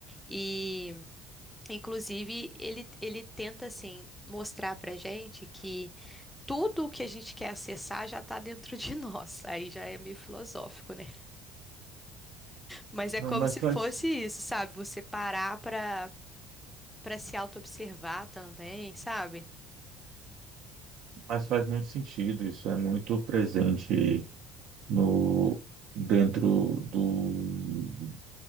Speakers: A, in the centre; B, on the right.
A: E, inclusive, ele, ele tenta, assim, mostrar pra gente que tudo o que a gente quer acessar já tá dentro de <laughs> nós. Aí já é meio filosófico, né? Mas é
B: Não,
A: como
B: mas
A: se
B: faz.
A: fosse isso, sabe? Você parar pra, pra se auto-observar também, sabe?
B: Mas faz muito sentido, isso é muito presente no dentro do